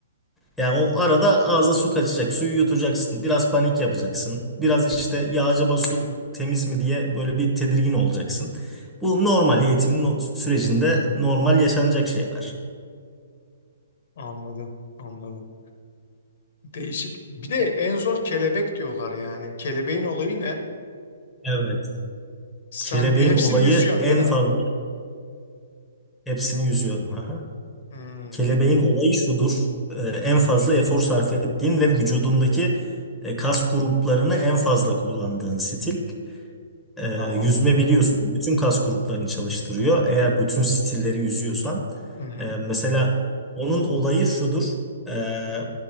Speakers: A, in the centre; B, on the left.
A: Yani o arada ağza su kaçacak. Suyu yutacaksın. Biraz panik yapacaksın. Biraz işte ya acaba su temiz mi diye böyle bir tedirgin olacaksın. Bu normal eğitimin no- sürecinde normal yaşanacak şeyler.
B: anladım, anladım. Değişik. Bir de en zor kelebek diyorlar yani. Kelebeğin olayı ne?
A: Evet.
B: Sen
A: Kelebeğin
B: hepsini
A: olayı
B: yüzüyorsun
A: en
B: değil mi?
A: fazla Hepsini yüzüyorum. Aha.
B: Hmm,
A: Kelebeğin olayı şudur. Ee, en fazla efor sarf ettiğin ve vücudundaki e, kas gruplarını en fazla kullandığın stil. Ee,
B: tamam.
A: yüzme biliyorsun. Bütün kas gruplarını çalıştırıyor. Eğer bütün stilleri yüzüyorsan.
B: Hı hı.
A: Ee, mesela onun olayı şudur. Ee,